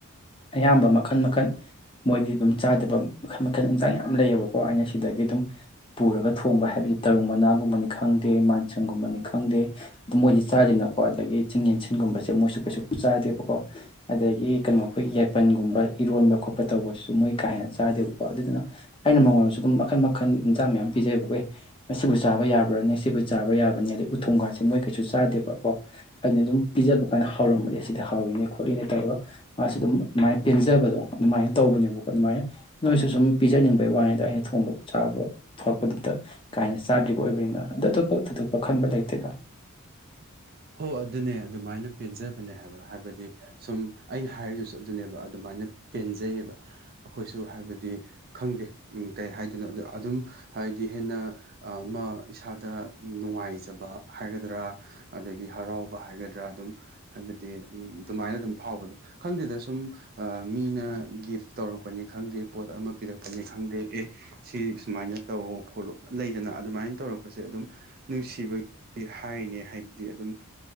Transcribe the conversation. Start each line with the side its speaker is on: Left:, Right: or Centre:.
Left: ꯑꯌꯥꯝꯕ ꯃꯈꯜ ꯃꯈꯜ ꯃꯣꯏꯒꯤ ꯑꯗꯨꯝ ꯆꯥꯗꯕ ꯃꯈꯜ ꯃꯈꯜ ꯏꯟꯁꯥꯡ ꯌꯥꯝ ꯂꯩꯌꯦꯕꯀꯣ ꯑꯩꯅ ꯁꯤꯗꯒꯤ ꯑꯗꯨꯝ ꯄꯨꯔꯒ ꯊꯣꯡꯕ ꯍꯥꯏꯕꯗꯤ ꯗꯤ ꯇꯔꯨꯡ ꯃꯅꯥꯒꯨꯝꯕꯅꯤ ꯈꯪꯗꯦ ꯃꯥꯟꯁꯪꯒꯨꯝꯕꯅꯤ ꯈꯪꯗꯦ ꯑꯗꯨ ꯃꯣꯏꯗꯤ ꯆꯥꯗꯦꯗꯅꯥꯀꯣ ꯑꯗꯒꯤ ꯆꯤꯡ ꯌꯦꯟꯁꯤꯟꯒꯨꯝꯕꯁꯦ ꯃꯣꯏꯁꯨ ꯀꯩꯁꯨ ꯆꯥꯗꯦꯕꯀꯣ ꯑꯗꯒꯤ ꯀꯩꯅꯣ ꯑꯩꯈꯣꯏꯒꯤ ꯌꯥꯏꯄꯟꯒꯨꯝꯕ ꯏꯔꯣꯟꯕ ꯈꯣꯠ ꯈꯣꯠꯄ ꯇꯧꯕꯁꯨ ꯃꯣꯏ ꯀꯥ ꯍꯦꯟꯅ ꯆꯥꯗꯦꯕꯀꯣ ꯑꯗꯨꯗꯨꯅ ꯑꯩꯅ ꯃꯉꯣꯟꯗꯁꯨ ꯑꯗꯨꯝ ꯃꯈꯜ ꯃꯈꯜ ꯏꯟꯖꯥꯡ ꯃꯌꯥꯝ ꯄꯤꯖꯩꯑꯦꯕꯥꯀꯦ ꯑꯦꯍ ꯃꯁꯤꯕꯨ ꯆꯥꯕ ꯌꯥꯕ꯭ꯔꯥꯅꯦ ꯁꯤꯕꯨ ꯆꯥꯕ꯭ꯔꯥ ꯌ꯭ꯥꯕꯔꯥꯅꯦ ꯑꯗꯩ ꯎꯊꯣꯡꯒꯥꯁꯦ ꯃꯣꯏ ꯀꯩꯁꯨ ꯆꯥꯗꯦꯕꯀꯣ ꯑꯩꯅ ꯑꯗꯨꯝ ꯄꯤꯖꯕꯀꯥꯟꯗ ꯍꯥꯑꯣꯔꯝꯕꯒꯤ ꯁꯤꯗ ꯍꯥꯎꯏꯅꯦ ꯈꯣꯠꯂꯤꯅꯦ ꯇꯧꯔꯒ ꯃꯥꯁꯨ ꯑꯗꯨꯝ ꯑꯗꯨꯃꯥꯏꯅ ꯄꯦꯟꯖꯕꯗꯣ ꯗꯨꯃꯥꯏꯅ ꯇꯧꯕꯅꯦꯕꯀꯣ ꯗꯨꯃꯥꯏꯅ ꯅꯣꯏꯁꯨ ꯁꯨꯝ ꯄꯤꯖꯅꯤꯡꯕꯩ ꯋꯥꯅꯦꯗ ꯑꯩꯅ ꯊꯣꯡꯕ ꯆꯥꯕ ꯊꯣꯛꯄꯗꯨꯗ ꯀꯥꯏꯅ ꯆꯥꯗ꯭ꯔꯤꯕ ꯑꯣꯏꯕꯅꯤꯅ ꯑꯗꯨ ꯇꯣꯞꯄ ꯊꯨꯗꯣꯛꯄ ꯈꯟꯕ ꯂꯩꯇꯦꯗ
Right: <inaudible> ꯑꯣ ꯑꯗꯨꯅꯦ ꯑꯗꯨꯃꯥꯏꯅ ꯄꯦꯟꯖꯕꯅꯦ ꯍꯥꯏꯕ ꯍꯥꯏꯕꯗꯤ ꯁꯨꯝ ꯑꯩꯅ ꯍꯥꯏꯗꯨꯁꯨ ꯑꯗꯨꯅꯦꯕ ꯑꯗꯨꯃꯥꯏꯅ ꯄꯦꯟꯖꯩꯌꯦꯕ ꯑꯩꯈꯣꯏꯁꯨ ꯍꯥꯏꯕꯗꯤ ꯈꯪꯗꯦ ꯎꯝ ꯀꯩ ꯍꯥꯏꯗꯣꯏꯅꯣꯗꯣ ꯑꯗꯨꯝ ꯍꯥꯏꯗꯤ ꯍꯦꯟꯅ ꯑꯃ ꯏꯁꯥꯗ ꯅꯨꯡꯉꯥꯏꯖꯕ ꯍꯥꯏꯒꯗ꯭ꯔꯥ ꯑꯗꯒꯤ ꯍꯔꯥꯎꯕ ꯍꯥꯏꯒꯗ꯭ꯔꯥ ꯑꯗꯨꯝ ꯍꯥꯏꯕꯗꯤ ꯎꯝ ꯗꯨꯃꯥꯏꯅ ꯑꯗꯨꯝ ꯐꯥꯎꯕꯗꯣ ꯈꯪꯗꯦꯗ ꯁꯨꯝ ꯑꯥ ꯃꯤꯅ ꯒꯤꯐ ꯇꯧꯔꯛꯄꯅꯤ ꯈꯪꯗꯦ ꯄꯣꯠ ꯑꯃ ꯄꯤꯔꯛꯄꯅꯤ ꯈꯪꯗꯦ ꯑꯦ ꯁꯤ ꯁꯨꯃꯥꯏꯅ ꯅ ꯇꯧꯑꯣ ꯈꯣꯠꯂꯣ ꯂꯩꯗꯅ ꯑꯗꯨꯃꯥꯏ ꯇꯧꯔꯛꯄꯁꯦ ꯑꯗꯨꯝ ꯅꯨꯡꯁꯤꯕꯒꯤ ꯍꯥꯏꯔꯤꯅꯦ ꯍꯥꯏ ꯗꯤ ꯑꯗꯨꯝ